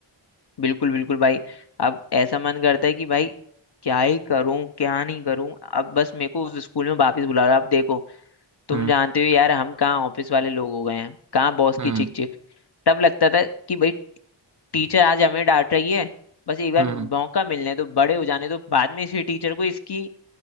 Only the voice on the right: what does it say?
हम्म
हम्म
हम्म